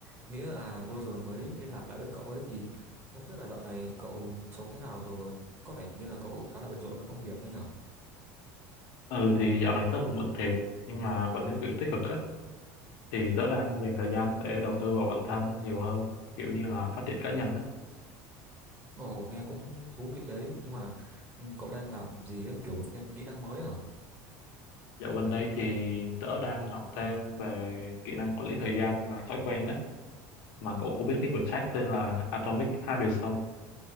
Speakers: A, on the right; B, on the left.
A: Nghĩa à lâu rồi mới liên lạc lại với cậu ấy thì không biết là dạo này cậu sống thế nào rồi. Có vẻ như là cậu khá là bận rộn với công việc đấy nhở?
B: Ừ thì dạo này tớ cũng bận thiệt nhưng mà vẫn thấy kiểu tích cực ấy thì tớ đang dành thời gian để đầu tư vào bản thân nhiều hơn kiểu như là phát triển cá nhân á
A: Ồ nghe cũng thú vị đấy. Nhưng mà ừ, cậu đang làm gì á? Kiểu thêm kỹ năng mới ở
B: dạo gần đây thì tớ đang học thêm về kỹ năng quản lý thời gian và thói quen đó mà cậu có biết cái quyển sách tên là Atomic Habits không